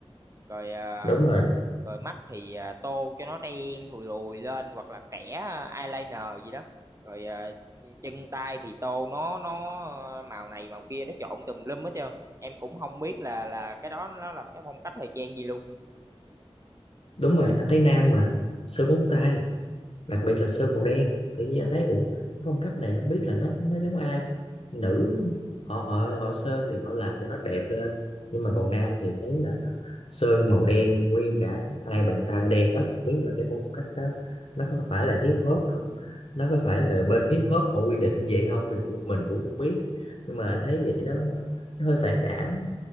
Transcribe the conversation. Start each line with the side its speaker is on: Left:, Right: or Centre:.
Right: rồi à,
Left: đúng rồi
Right: rồi mắt thì à, tô cho nó đen thùi lùi lên hoặc là kẻ eyeliner gì đó rồi à, chân tay thì tô nó nó à, màu này màu kia nó trộn tùm lum hết trơn em cũng không biết là là cái đó nó là cái phong cách thời trang gì luôn
Left: đúng rồi anh thấy nam mà sơn móng tay đặc biệt là Sơn màu đen tự nhiên anh thấy ủa cái phong cách này không biết là nó nó giống ai nữ họ họ họ sơn thì họ làm cho nó đẹp lên nhưng mà còn nam thì thấy là nó sơn màu đen nguyên cả hai bàn tay đen hết không biết là cái phong cách đó nó có phải là hip hop không nó có phải là bên hip hop họ quy định vậy không thì cũng mình cũng không biết nhưng mà anh thấy vậy nó nó hơi phản cảm á.